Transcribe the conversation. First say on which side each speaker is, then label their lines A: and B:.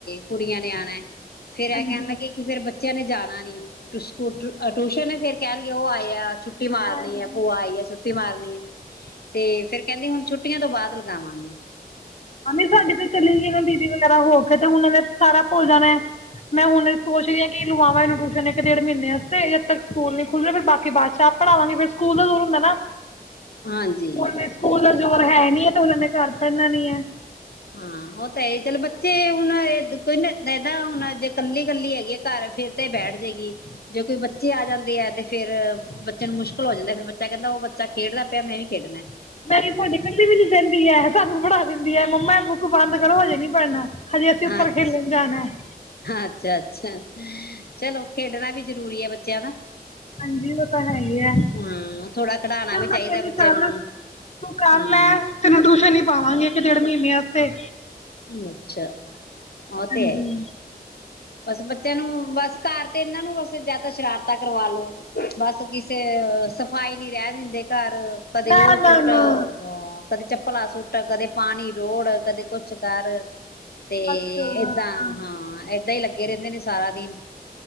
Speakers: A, on the left; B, on the left.
A: ਕੁੜੀਆਂ ਨੇ ਆਉਣਾ ਫੇਰ
B: ਹਾਂਜੀ
A: ਇਹ ਕਹਿਣ ਲੱਗੇ ਕਿ ਫੇਿਰ ਬੱਚ ਬੱਚਿਆਂ ਨੇ ਜਾਣਾ ਨੀ ਸਕੂ ਟਿਊਸ਼ਨ ਨੇ ਫੇਿਰ ਕਹਿਣਗੇ ਉਹ ਆਏ ਆ ਛੁੱਟੀ ਮਾਰਨੀ
B: ਹਾਂਜੀ
A: ਹੈ ਭੂਆ ਆਈ ਹੈ ਛੁੱਟੀ ਮਾਰਨੀ ਹਮ ਤੇ ਫਿਰ ਕਹਿੰਦੀ ਹੁਣ ਛੁੱਟੀ ਛੁੱਟੀਆਂ ਤੋਂ ਬਾਅਦ ਲਗਾਵਾਂਗੇ
B: ਮੰਮੀ ਸਾਡੀ ਤੇ ਚਲੀ ਗਈ ਨਾ ਬੀਬੀ ਵਗੈਰਾ ਹੋ ਕੇ ਤੇ ਹੁਣ ਇਹ ਸਾਰਾ ਭੁੱਲ ਜਾਣਾ ਮੈਂ ਹੁਣ ਸੋਚ ਰਹੀ ਹਾਂ ਕਿ ਲਗਾਵਾਂ ਇਹਨੂੰ ਇੱਕ ਡੇਢ ਮਹੀਨੇਾਸਤੇ ਜਦ ਤੱਕ ਸਕੂਲ ਨ ਖੁੱਲ ਰਿਹਾ ਫੇਰ ਬਾਕੀ ਬਾਦ ਚ ਆਪ ਪੜਾਵਾਂਗੇ ਫਿਰ ਸਕੂਲ ਦਾ ਦੂਰ ਹੁੰਦਾ ਨਾ
A: ਹਾਂਜੀ
B: ਹ ਸਕੂਲ
A: ਮਤਲਬ
B: ਜੋਰਹੈ ਨੀ ਤੇ ਉਹ ਨੇ ਘਰ ਪੜ੍ਨਾ ਨਹੀਂ ਹ
A: ਹਾਂ ਉਹ ਤਾਂ ਇਹ ਚੱਲ ਬੱਚੇ ਹੁਣ ਕੋਈਦਾ ਹੁਣ ਜੇ ਕੱਲੀ ਕੱਲੀ ਹੈਗੀ ਘਰ ਫਿਰ ਤੇ ਬੈਠ ਜਏਗੀ ਜੇ ਕੋਈ ਬੱਚੇ ਆ ਜਾਂਦੇ ਹੈ ਤੇ ਫੇਰ ਬੱਚੇ ਨੂੰ ਮੁਸ਼ਕਿਲ ਹੋ ਜਾਂਦਾ ਫੇਿਰ ਬੱਚਾ ਕਹਿੰਦਾ ਉਹ ਬੱਚਾ ਖੇਡਦਾ ਪਿਆ ਮੈਂ ਵੀ ਖੇਡਣਾ
B: ਨਹੀਂ ਤੁਹਾਡੇ ਇਕੱਲੀ ਵੀ ਨੀ ਦਹਿੰਦੀ ਹੈ ਸਾਨੂੰ ਪੜ੍ਹਾ ਦਿੰਦੀ ਹੈ ਮੰਮਾ ਬੁੱਕ ਬੰਦ ਕਰੋ ਹਜੇ ਨਹੀਂੀ ਪੜ੍ਹਨਾ ਹਜੇ ਅਸੀਂ ਉੱਪਰ
A: ਅੱ
B: ਖੇਲਣ ਜਾਣਾ ਹੈ
A: ਅੱਛਾ ਅੱਛਾ ਚਲੋ ਖੇਡਣਾ ਵੀ ਜ਼ਰੂਰੀ ਹੈ ਬੱਚਿਆਂ ਦਾ
B: ਹਾਂਜੀ ਉਹ ਤਾਂ ਹੈ ਹੀ ਹੈ ਚ
A: ਹਾਂ ਥੋੜਾ ਖਿਡਾਣਾ ਵੀ ਚਾਹੀਦਾ
B: ਮੈਂ ਕਹਦੀ
A: ਬੱਚੇ
B: ਚੱਲ
A: ਨੂੰ
B: ਤੂੰ ਕਰ
A: ਹਮ
B: ਲੈ ਤੈਨੂੰ ਟਿਊਸ਼ਨ ਹੀ ਪਾਵਾਂਗੀ ਇੱਕ ਡੇੜ ਮਹੀਨੇ ਵਾਸਤੇ
A: ਅੱਛਾ ਹਾਂ
B: ਹਾਂਜੀ
A: ਤੇ ਹੈਏ ਬਸ ਬੱਚਿਆਂ ਨੂੰ ਬਸ ਘਰ ਤੇ ਇਹਨਾਂ ਨੂੰ ਬਸ ਜਿਆਦਾ ਸ਼ਰਾਰਤਾਾਂ ਕਰਵਾ ਲੋੋ ਬਸ ਕਿਸਸੇ ਸ ਸਫਾਈ ਨੀ ਰਹਿ ਦਿੰਦੇ ਘਰ ਕਦੇ
B: ਨਾ
A: ਉਹ
B: ਨਾ
A: ਸੁੱਟ
B: ਨਾ
A: ਕਦੇ ਚੱਪਲਾਂ ਸੁੱਟ ਕਦੇ ਪਾਣੀ ਰੋੜ ਕਦੇ ਕੁਛ <unintelligible> ਆਹ ਕਰ ਤੇ
B: ਅੱਛਾ
A: ਏਦਾਂ
B: ਅੱਛਾ
A: ਹਾਂ ਏਦਾਂ ਹੀ ਲੱਗੇ ਰਹਿੰਦੇ ਨੇ ਸਾਰਾ ਦਿਨ